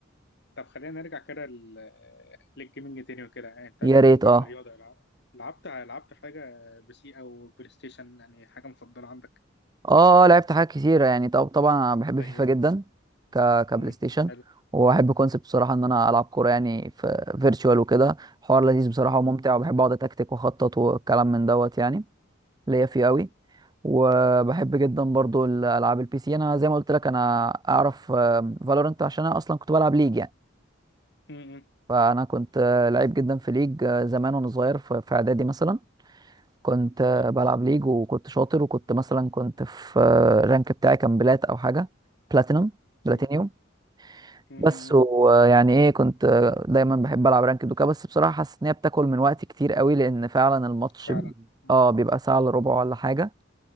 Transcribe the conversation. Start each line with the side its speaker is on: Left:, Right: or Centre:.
Left: طب خلينا نرجع كده لل- آه، للجيمنج تاني وكده يعني أنت
Right: يا
Left: بعيدا
Right: ريت
Left: بقى
Right: اه
Left: عن الرياضة لعبت لعبت لعبت حاجة بسي أو بلاي ستيشن يعني حاجة مفضلة عندك
Right: اه آه، لعبت حاجات كتيرة يعني طب طبعا انا بحب
Left: زي
Right: فيفا
Left: إيه؟
Right: جدا ك كبلاي
Left: م.
Right: ستيشن
Left: حلو
Right: وبحب كونسبت بصراحة ان انا العب كورة يعني في فيرتشوال وكده حوار لذيذ بصراحة
Left: م.
Right: وممتع وبحب اقعد اتكتك واخطط والكلام من دوت يعني ليا فيه قوي وبحب جدا برضو الالعاب البي سي انا زي ما قلت لك انا اعرف فالورنت عشان انا اصلا كنت بلعب ليج يعني
Left: م- م.
Right: فانا كنت آه، لعيب جدا في ليج آه، زمان وانا صغير في في اعدادي مثلا كنت
Left: حلو
Right: بلعب ليج وكنت شاطر وكنت مثلا كنت في الرانك بتاعي كان بلات او حاجه بلاتينum بلاتينيوم
Left: م. م- م. م.
Right: بس ويعني ايه كنت دايما بحب العب رانك دوكا بس بصراحه حاسس ان هي بتاكل من وقتي كتير قوي لان فعلا الماتش
Left: فعلا
Right: ب-
Left: مم.
Right: اه بيبقى ساعه الا ربع ولا حاجه